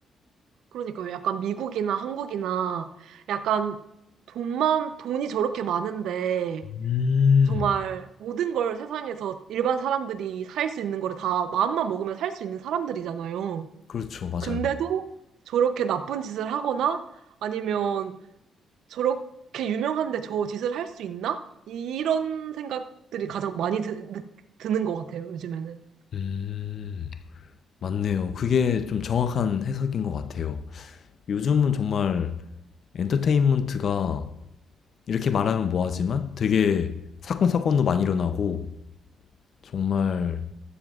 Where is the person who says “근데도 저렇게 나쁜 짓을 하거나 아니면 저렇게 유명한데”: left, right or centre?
Right